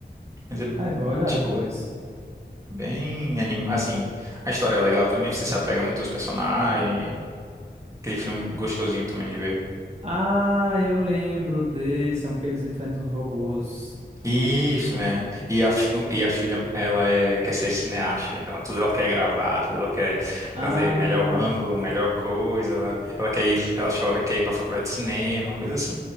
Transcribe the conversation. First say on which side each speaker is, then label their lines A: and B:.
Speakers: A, on the right; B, on the right.
A: mas é
B: Aí, vou olhar
A: tipo
B: depois.
A: Bem anim... assim, a história é legal também, você se apega muito aos personagens, aquele filme gostosinho também de ver.
B: Ah, eu lembro desse, é um que eles enfrentam os robôs.
A: Isso, né? E a, fi- e a filha, ela é, quer ser cineasta, então tudo ela quer gravar, tudo ela quer
B: Ah,
A: fazer melhor ângulo, melhor coisa, ela, ela quer ir, ela, acho que ela quer ir pra faculdade de cinema, uma coisa assim.